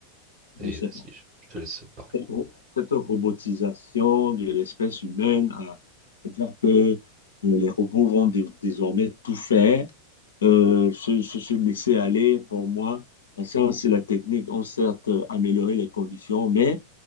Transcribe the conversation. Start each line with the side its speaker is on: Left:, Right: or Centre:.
Left: Je
Right: Et
Left: ne sais
Right: vas-y,
Left: pas.
Right: je je te laisse parler.
Left: cette ro- cette robotisation de l'espèce humaine à, à dire que euh, les robots vont dé- désormais tout faire, euh, se, se- se laisser aller, pour moi, la science et la technique ont certes amélioré les conditions, mais